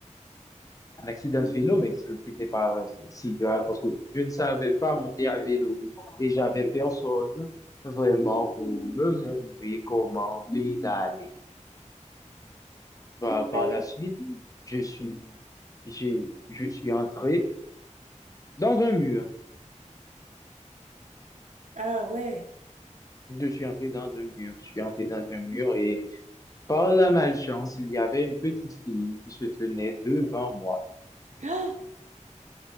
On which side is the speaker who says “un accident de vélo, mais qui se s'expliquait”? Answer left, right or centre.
Left